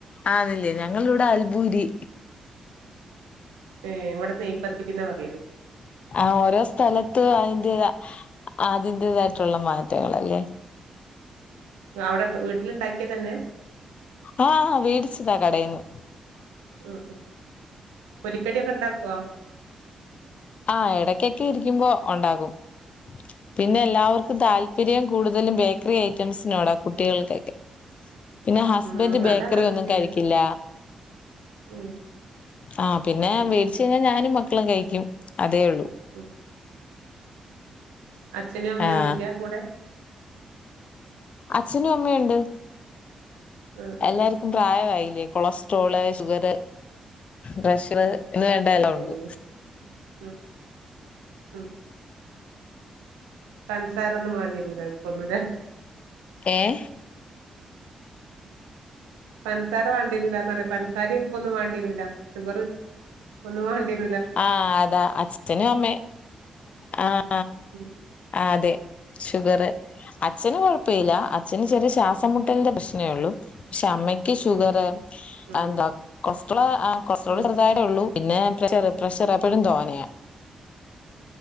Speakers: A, on the left; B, on the right.
A: ആന്നില്ലേ ഞങ്ങള ഇടെ അൽഭൂരി
B: ഏഹ് ഇവിടെ നെയിപത്തിരി ന്നാ പറയല്
A: ആ ഓരോ സ്ഥലത്തും അതിന്റത അതിന്റേതായിട്ടുള്ള
B: ഉം.
A: മാ റ്റങ്ങളല്ലേ
B: അവിടെ വീട്ടിലുണ്ടാക്കിയ തന്നെ
A: ആഹ് ഹ വേടിച്ചതാ കടെന്നു
B: ഉം ഉം പൊരികടി ഒക്കെ ഉണ്ടാക്കുവോ
A: ആ ഇടക്കൊക്കെ ഇരിക്കുമ്പോ ഉണ്ടാകും പിന്നെ
B: ഉം.
A: എല്ലാവർക്കും താല്പ പിരിയാം കൂടുതലും ബേക്കറി ഐറ്റംസിനോടാ കുട്ടികൾക്കൊക്കെ പിന്നെ ഹസ്ബൻഡ്
B: ഉം
A: ബേക്കറി
B: അതങ്ങനെ
A: ഒന്നും
B: തന്നെയാണ്
A: കഴിക്കില്ല
B: ഉം
A: ആഹ് പിന്നെ
B: അത്
A: വേടിച്ച
B: ശരി
A: കഴിഞ്ഞാൽ ഞാനും മക്കളും കഴിക്കും അതേ ഉള്ളൂ
B: ഉം അച്ഛനും അമ്മിയൊന്നുംല്ല
A: ആഹ്
B: കൂടെ
A: അച്ഛനും അമ്മയുണ്ട്
B: ഉം ഉം
A: എല്ലാർ ക്കും പ്രായമായില്ലേ കൊളസ്ട്രോള് ഷുഗർ പ്രഷർ ഇന്ന് വേണ്ട
B: അത്
A: എല്ലാം
B: ശരി
A: ഉണ്ട്
B: ഉം ഉം പൻസാരൊന്നും വേണ്ടിരുല്ല ഓല്ക്കൊന്നുലെ
A: ഏഹ്
B: പഞ്സാര വേണ്ടിവരുല്ല പറയാ പഞ്സാര ഉപ്പ് ഒന്നും വേണ്ടിവരുല്ല ഷുഗർ ഒന്നും വേണ്ടിവ
A: ആഹ് അതാ അച്ഛനും അമ്മയും ആഹ്
B: ഉം
A: ആഹ് അതെ ഷുഗറ് അച്ഛന് കൊഴപ്പല്ല അച്ഛന് ചെറിയ ശ്വാസം മുട്ട് ട്ടിന്റെ പ്രശ്നേ ഉള്ളു പക്ഷെ അമ്മയ്ക്ക് ഷുഗർ
B: ഉം
A: എന്താ കൊളസ്ട്രോള് കൊളസ്ട്രോൾ
B: ഉം
A: ചെറുതായിട്ടെ ഉള്ളൂ പിന്നെ പ്രഷർ പ്രഷർ എപ്പോഴും തോനെയാ